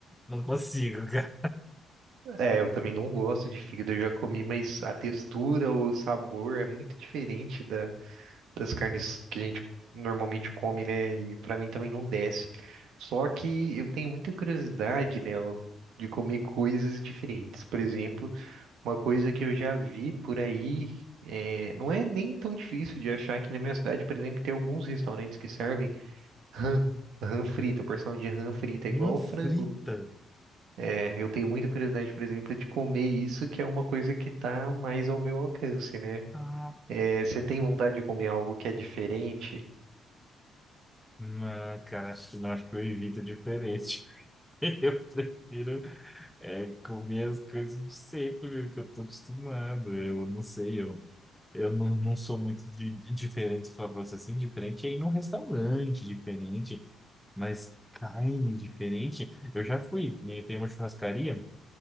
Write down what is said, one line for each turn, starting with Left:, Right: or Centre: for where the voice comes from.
Centre: não consigo, <laughs> cara.
Right: É, eu também não gosto de fígado, eu já comi, mas a textura, o sabor é muito diferente da, das carnes que a gente normalmente come, né? E pra mim também não desce. Só que eu tenho muita curiosidade, Léo, de comer coisas diferentes. Por exemplo, Uma coisa que eu já vi por aí, é, não é nem tão difícil de achar que na minha cidade, por exemplo, tem alguns restaurantes que servem rã, rã frita, porção de rã frita,
Centre: Não
Right: igual
Centre: frita.
Right: frango. É, eu tenho muita curiosidade, por exemplo, de comer isso, que é uma coisa que tá mais ao meu alcance, né?
Centre: Ah,
Right: É, você tem vontade de comer algo que é diferente?
Centre: não, cara, acho que não, acho que eu evito diferente. <laughs> Eu prefiro. É comer as coisas de sempre, que eu tô acostumado. Eu não sei, eu, eu não, não sou muito de, de diferente, se falar pra você assim, diferente é ir num restaurante diferente, mas carne diferente. Eu já fui, né, tem uma churrascaria